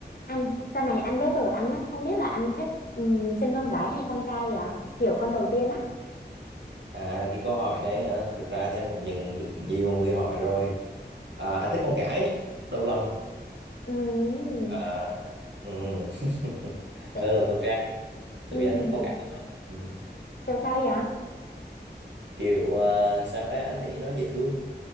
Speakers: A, on the left; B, on the right.
A: anh sau này anh với vợ anh á không biết là anh thích ừm, sinh con gái hay con trai vậy kiểu con đầu tiên á
B: À, cái câu hỏi này hả? Thực ra thì anh cũng nhận được nhiều người hỏi rồi. À, anh thích con gái, đầu lòng.
A: Ừm,
B: À, ừ. <laughs>
A: tại-
B: Hơn là con trai, tại
A: ừm,
B: vì anh thích con gái. lắm ạ. Ừ.
A: tại sao vậy
B: Kiểu à, sao ta, anh thấy nó dễ thương.